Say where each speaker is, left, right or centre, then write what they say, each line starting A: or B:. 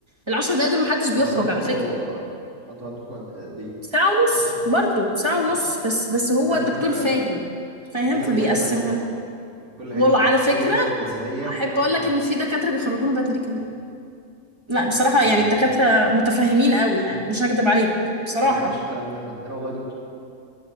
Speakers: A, on the right; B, on the right.
A: العشر دقايق دول محدش
B: المحاضرة
A: بيخرج
B: عندكم
A: على فكرة
B: المحاضرة عندكم قد قد إيه
A: ساعة ونص
B: كام ساعة
A: برضه ساعة
B: برضه
A: ونص بس بس هو
B: عندنا
A: الدكتور
B: الدكاترة
A: فاهم فاهم
B: بتدينا
A: فبيقسمها
B: لحد ما نورم
A: لنا
B: من كل
A: وعلى
B: حتة نفوخيا
A: فكرة
B: وجسديا
A: أحب
B: وكل
A: أقول
B: حاجة
A: لك إن في دكاترة بيخرجونا بدري كمان لا بصراحة
B: <laughs>
A: يعني الدكاترة متفاهمين قوي يعني مش هكدب عليك بصراحة
B: احنا ما عندناش الكلام ده احنا عندنا والله دكتور